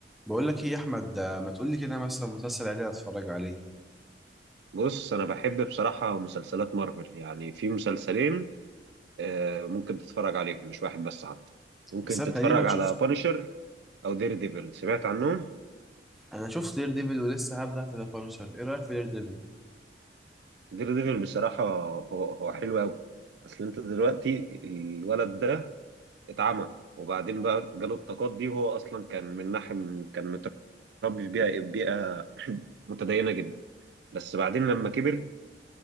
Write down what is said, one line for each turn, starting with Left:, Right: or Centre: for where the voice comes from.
Centre: بقول لك ايه يا احمد آه، ما تقول لي كده مثلا مسلسل عادي اتفرج عليه
Right: بص انا بحب بصراحه مسلسلات مارفل يعني في مسلسلين آه، ممكن تتفرج عليهم مش واحد بس حتى ممكن
Centre: بس انا
Right: تتفرج
Centre: تقريبا شفت
Right: على بانشر او دير ديفل سمعت عنهم
Centre: انا شفت دير ديفل ولسه هبدا في ذا بانشر ايه رايك في دير ديفل
Right: دير ديفل بصراحه هو هو حلو قوي اصل انت دلوقتي الولد ده اتعمى وبعدين بقى جاله الطاقات دي وهو اصلا كان من ناحيه كان متربي في بيئه بيئه <coughs> <clears throat> متدينه جدا بس بعدين لما كبر